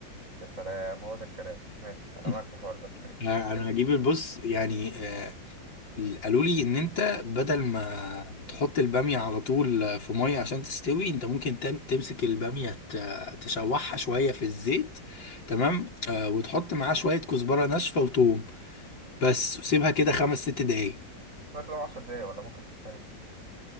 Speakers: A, on the right; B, on the left.
A: يا سلام هو ده الكلام ماشي انا
B: <laughs>
A: معاك في الحوار ده <laughs>
B: انا هجيب البص يعني آه، قالوا لي ان انت بدل ما تحط البامية على طول في مية عشان تستوي انت ممكن تم- تمسك البامية ت- تشوحها شوية في الزيت تمام آه وتحط معاه شوية كزبرة ناشفة وتوم بس وسيبها كده خمس ست دقايق
A: بس فات لو 10 دقايق ولا ممكن تتحرق